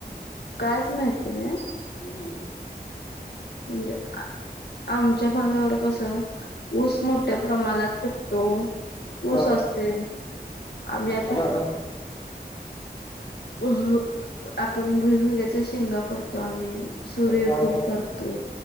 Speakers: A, on the left; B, on the left.
A: कायच माहिती ना.
B: हम्.
A: म्हणजे आमच्या भागावरड कसं. ऊस मोठ्या प्रमाणात पिकतो
B: हं,
A: ऊस असते. आम्ही आता
B: हं,
A: अ आपण भुईमुग्याचा शेंगा करतो आम्ही सूर्यफुल
B: हं, हं, हं.
A: करतो.